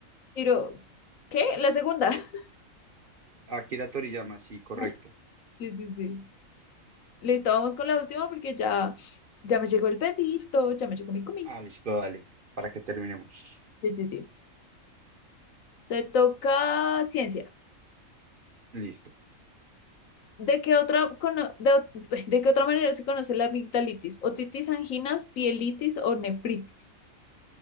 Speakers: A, on the left (about 70°); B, on the right (about 45°).
A: Tiro. ¿Qué? La segunda. <laughs>
B: Akira Toriyama, sí, correcto.
A: Ajá. Sí, sí, sí. Listo, vamos con la última porque ya, ya me llegó el pedito, ya me llegó mi comida.
B: Ah, listo, dale, para que terminemos.
A: Sí, sí, sí. Te toca ciencia.
B: Listo.
A: ¿De qué otra, cono- de, o- <laughs> de qué otra manera se conoce la amigdalitis? ¿Otitis, anginas, pielitis o nefritis?